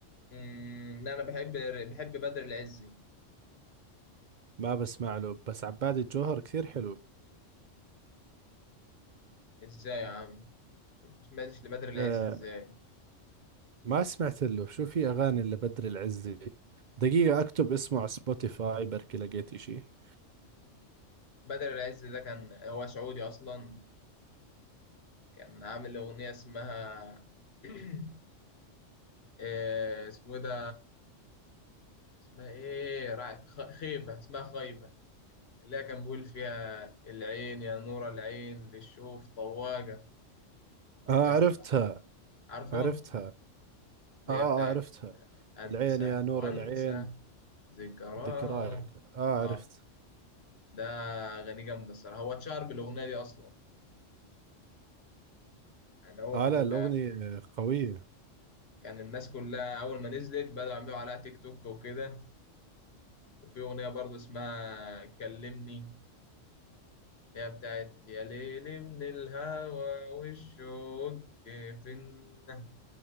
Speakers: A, on the left (about 55°); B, on the right (about 55°).
A: مم، لا أنا بحب بحب بدر العزي
B: ما بسمع له بس عباد الجوهر كثير حلو
A: إزاي يا عم أنت مسمعتش لبدر العزي
B: آه
A: إزاي
B: ما سمعت له شو في أغاني لبدر العزي دقيقة أكتب اسمه على سبوتيفاي بركي لقيت إشي
A: بدر العزي ده كان هو سعودي أصلا كان عامل أغنية اسمها <clears throat> آه، اسمه إيه ده اسمها إيه رع- خ- خيبة اسمها خيبة اللي هي كان بيقول فيها العين يا نور العين للشوف طواجة
B: آه
A: بس
B: عرفتها
A: عارفه
B: عرفتها
A: اللي
B: آه آه،
A: هي بتاعت
B: عرفتها
A: أنسى
B: العين يا نور
A: وأنسى
B: العين
A: ذكراه
B: ذكراك آه
A: آه
B: عرفت
A: ده أغاني جامدة الصراحة هو اتشهر بالأغنية دي أصلا يعني هو
B: آه
A: في ال
B: لا الأغنية قوية
A: كان الناس كلها أول ما نزلت بدأوا يعملوا عليها تيك توك وكده وفي أغنية برضه اسمها كلمني هي بتاعت يا ليل من الهوى والشوق في النا